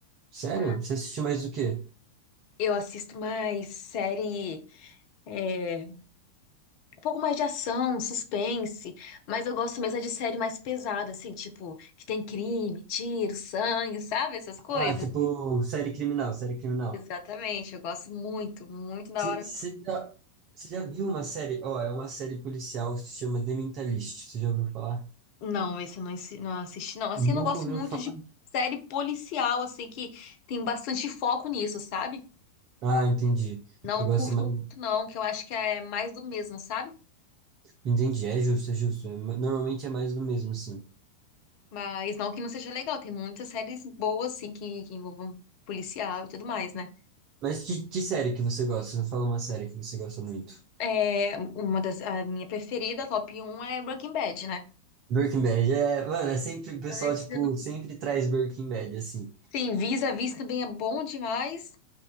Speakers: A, on the right (about 40°); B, on the left (about 45°).
A: Sério?
B: mas
A: Você assiste mais do quê?
B: eu assisto mais série. É, um pouco mais de ação, suspense, mas eu gosto mesmo é de série mais pesada, assim, tipo, que tem crime, tiro, sangue, sabe? Essas coisas.
A: Ah, tipo, série criminal, série criminal.
B: Exatamente, eu gosto muito, muito da
A: Você
B: hora.
A: você já, você já viu uma série? Ó, é uma série policial que se chama The Mentalist. Você já ouviu falar?
B: Não, esse eu não, assi- não assisti, não. Assim,
A: Nunca
B: eu não gosto
A: ouviu
B: muito
A: falar?
B: de série policial, assim, que tem bastante foco nisso, sabe?
A: Ah, entendi.
B: Não
A: Você gosta
B: curto
A: mais.
B: muito, não, que eu acho que é mais do mesmo, sabe?
A: Entendi, é justo, é justo. É ma- Normalmente é mais do mesmo, assim.
B: Mas não que não seja legal, tem muitas séries boas, assim, que, que envolvam policial e tudo mais, né?
A: Mas que, que série que você gosta? Você fala uma série que você gosta muito.
B: É, uma das, a minha preferida, top um é Breaking Bad, né?
A: Breaking Bad, é, mano, é sempre, o pessoal,
B: Ai, você
A: tipo,
B: não-
A: sempre traz Breaking Bad, assim.
B: Sim, Vis-a-Vis também é bom demais. Não